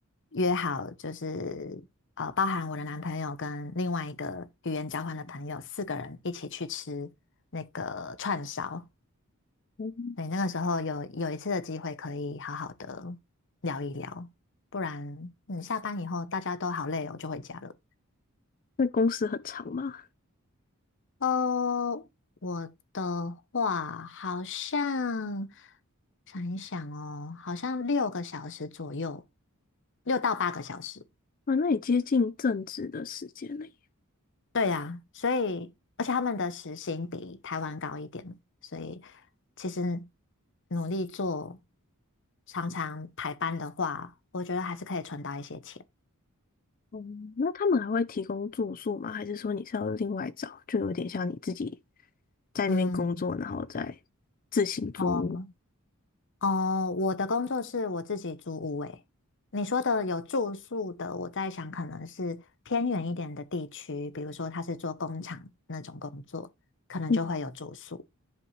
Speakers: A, on the left; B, on the left.
A: 约好，就是呃，包含我的男朋友跟另外一个语言交换的朋友，四个人一起去吃那个串烧。
B: 嗯
A: 对，那个时候有有一次的机会可以好好的聊一聊，不然嗯，下班以后大家都好累哦，就回家了。
B: 那公司很长吗？
A: 哦，我的话好像想一想哦，好像六个小时左右，六到八个小时。
B: 啊，那也接近正职的时间了耶。
A: 对呀，所以而且他们的时薪比台湾高一点，所以其实努力做，常常排班的话，我觉得还是可以存到一些钱。
B: 哦、那他们还会提供住宿吗？还是说你是要另外找？就有点像你自己在那边工作，
A: 嗯，
B: 然后再自行租屋。
A: 哦，哦，我的工作是我自己租屋诶。你说的有住宿的，我在想可能是偏远一点的地区，比如说他是做工厂那种工作，可能就会有住宿。
B: 嗯